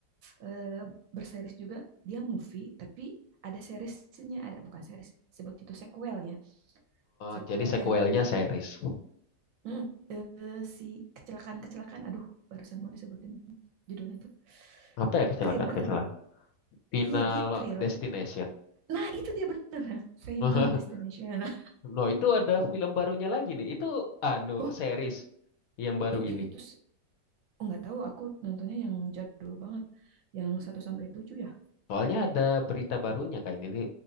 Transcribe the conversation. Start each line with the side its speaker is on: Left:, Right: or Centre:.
Right: eh, berseris juga dia movie tapi ada seriesnya ada bukan series sebut itu sequelnya
Left: Eh,
Right: sequel
Left: jadi sequelnya
Right: yang
Left: series.
Right: Mm, eh, si kecelakaan-kecelakaan, aduh, barusan mau disebutin judulnya tuh
Left: Apa ya kecelakaan
Right: thriller.
Left: kecelakaan?
Right: deh.
Left: Final
Right: Iya, dia thriller.
Left: Destination.
Right: Nah, itu dia bener. <laughs> Final
Left: <laughs>
Right: Destination. Nah,
Left: No, itu ada film barunya lagi nih. Itu anu
Right: wah,
Left: series yang baru
Right: ih,
Left: ini.
Right: itu s- nggak tahu. Aku nontonnya yang jadul banget, yang satu sampai 7 ya.
Left: Soalnya ada berita barunya kayak ini.